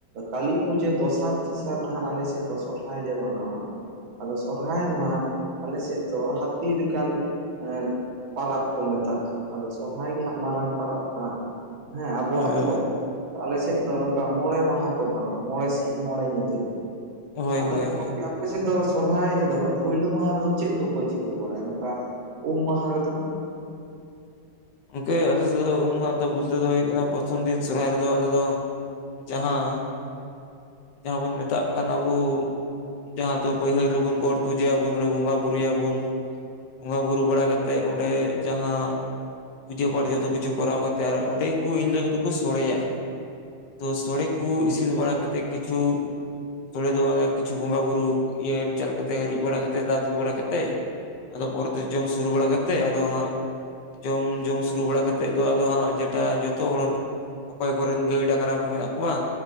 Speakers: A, on the right; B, on the left.
A: ᱠᱟᱹᱞᱤ ᱯᱩᱡᱟᱹ ᱫᱚᱥᱟᱨ ᱛᱮᱥᱟᱨ ᱱᱟᱦᱟᱜ ᱟᱞᱮ ᱥᱮᱫ ᱫᱚ ᱥᱚᱨᱦᱟᱭ ᱞᱮ ᱢᱟᱱᱟᱣᱟ᱾ ᱟᱫᱚ ᱥᱚᱨᱦᱟᱭ ᱫᱚ ᱦᱟᱸᱜ ᱟᱞᱮ ᱥᱮᱫ ᱫᱚ ᱦᱟᱹᱛᱤ ᱞᱮᱠᱟᱱ ᱮ ᱯᱟᱨᱟᱵᱽ ᱠᱚ ᱢᱮᱛᱟᱜ-ᱟ᱾ ᱟᱫᱚ ᱥᱚᱨᱚᱦᱟᱭ ᱜᱮ ᱦᱟᱸᱜ ᱢᱟᱨᱟᱝ ᱯᱚᱨᱚᱵᱽ ᱠᱟᱱᱟ ᱦᱮᱸ ᱟᱵᱚᱣᱟᱜ
B: ᱦᱳᱭ
A: ᱫᱚ᱾ ᱛᱚ ᱟᱞᱮ ᱥᱮᱫ ᱫᱚ ᱱᱚᱝᱠᱟ ᱢᱚᱬᱮ ᱢᱟᱦᱟ ᱠᱚ ᱢᱟᱱᱟᱣᱟ ᱢᱚᱬᱮ ᱥᱤᱧ ᱢᱚᱬᱮ ᱧᱤᱫᱟᱹ᱾
B: ᱦᱳᱭ
A: ᱟᱫᱚ
B: ᱦᱳᱭ ᱦᱳᱭ,
A: ᱜᱚᱝᱠᱮ ᱟᱯᱮ ᱥᱮᱫ ᱫᱚ ᱥᱚᱨᱚᱦᱟᱭ ᱨᱮᱫᱚ ᱯᱩᱭᱞᱳ ᱢᱟᱦᱟ ᱨᱮᱫᱚ ᱪᱮᱫ ᱠᱚᱠᱚ ᱪᱤᱠᱟᱹ ᱵᱟᱲᱟᱭᱟ ᱱᱚᱝᱠᱟ ᱩᱢ ᱢᱟᱦᱟ ᱨᱮᱫᱚ?
B: ᱜᱚᱢᱠᱮ ᱟᱞᱮ ᱥᱮᱫ ᱫᱚ ᱩᱢ ᱢᱟᱦᱟ ᱨᱮ ᱫᱚ ᱵᱚᱞᱛᱮ ᱫᱚ ᱦᱩᱭᱩᱜ ᱠᱟᱱᱟ ᱯᱨᱚᱛᱷᱚᱢ ᱫᱤᱱ ᱥᱚᱨᱦᱟᱭ ᱨᱮᱫᱚ ᱟᱞᱮ ᱫᱚ ᱡᱟᱦᱟᱸ ᱡᱟᱦᱟᱸ ᱵᱚᱱ ᱢᱮᱛᱟᱜ ᱠᱟᱱ ᱟᱵᱩ᱾ ᱡᱟᱦᱟᱸ ᱫᱚ ᱵᱟᱹᱭᱦᱟᱹᱲ ᱨᱮᱵᱩᱱ ᱜᱚᱴ ᱯᱩᱡᱟᱹᱭᱟ ᱵᱩᱱ ᱚᱸᱰᱮ ᱵᱚᱸᱜᱟ ᱵᱩᱨᱩᱭᱟ ᱵᱩᱱ᱾ ᱵᱚᱸᱜᱟ ᱵᱩᱨᱩ ᱵᱟᱲᱟ ᱠᱟᱛᱮᱫ ᱚᱸᱰᱮ ᱡᱟᱦᱟᱸ ᱯᱩᱡᱟᱹ ᱯᱟᱴ ᱡᱚᱛᱚ ᱠᱤᱪᱷᱩ ᱠᱚᱨᱟᱣ ᱠᱟᱛᱮᱫ ᱟᱨ ᱚᱸᱰᱮ ᱠᱚ ᱤᱱ ᱦᱤᱞᱳᱜ ᱫᱚᱠᱚ ᱥᱚᱲᱮᱭᱟ᱾ ᱛᱚ ᱥᱚᱲᱮ ᱠᱚ ᱤᱥᱤᱱ ᱵᱟᱲᱟ ᱠᱟᱛᱮᱫ ᱠᱤᱪᱷᱩ ᱥᱚᱲᱮ ᱫᱚ ᱚᱱᱮ ᱠᱤᱪᱷᱩ ᱵᱚᱸᱜᱟ ᱵᱩᱨᱩ ᱤᱭᱟᱹ ᱮᱢ ᱪᱟᱞ ᱠᱟᱛᱮ ᱨᱤᱫ ᱵᱟᱲᱟ ᱠᱟᱛᱮᱫ ᱫᱟᱜ ᱫᱩᱞ ᱵᱟᱲᱟ ᱠᱟᱛᱮᱫ ᱟᱫᱚ ᱯᱚᱨᱮᱛᱮ ᱡᱚᱢ ᱥᱩᱨᱩ ᱵᱟᱲᱟ ᱠᱟᱛᱮᱫ ᱟᱫᱚ ᱡᱚᱢ, ᱡᱚᱢ ᱥᱩᱨᱩ ᱵᱟᱲᱟ ᱠᱟᱛᱮᱫ ᱫᱚ ᱟᱫᱚ ᱦᱟᱸᱜ ᱡᱮᱴᱟ ᱡᱚᱛᱚ ᱦᱚᱲ ᱚᱠᱚᱭ ᱠᱚᱨᱮᱱ ᱜᱟᱹᱭ ᱰᱟᱹᱝᱨᱟ ᱠᱚ ᱢᱮᱱᱟᱜ ᱠᱚᱣᱟ,